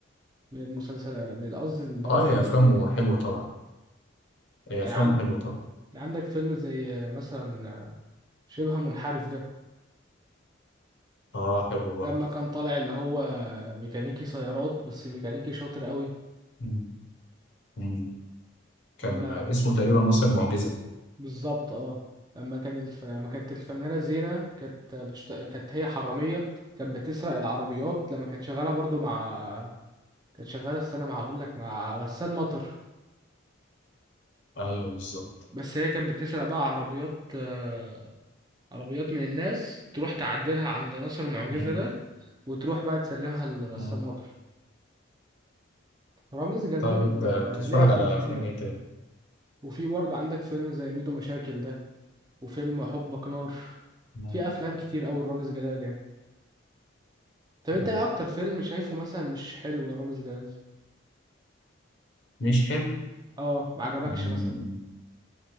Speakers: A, on the right; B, on the left.
A: من المسلسلات من قصدي البرامج
B: آه، هي
A: بكتير
B: افلامه
A: يعني.
B: حلوة طبعا هي
A: يعني
B: افلامه حلوة طبعا
A: عندك فيلم زي مثلا شبه منحرف ده
B: اه حلو برضه
A: لما كان طالع اللي هو ميكانيكي سيارات بس ميكانيكي شاطر قوي
B: مم. مم. كان
A: لما
B: آه، اسمه تقريبا ناصر المعجزة
A: بالظبط اه لما كان الف... لما كانت الفنانة زينة كانت بتشت... كانت هي حرامية كانت بتسرق العربيات لما كانت شغالة برضو مع كانت شغالة استنى ما هقول لك مع غسان مطر
B: ايوه بالظبط
A: بس هي كانت بتسرق بقى عربيات آه، عربيات من الناس تروح تعدلها عند ناصر معجزة
B: مم.
A: ده وتروح بقى تسلمها لغسان
B: مم.
A: مطر رامز جلال
B: طيب
A: آه،
B: آه، بتتفرج
A: ليه افلام
B: على
A: كتير
B: افلام ايه تاني
A: وفي برضه عندك فيلم زي ميدو مشاكل ده وفيلم حبك نار
B: مم.
A: في افلام كتير قوي رامز جلال يعني طب
B: مم.
A: انت ايه اكتر فيلم شايفه مثلا مش حلو يا رامز جلال
B: مش حلو
A: اه ما عجبكش
B: مم.
A: مثلا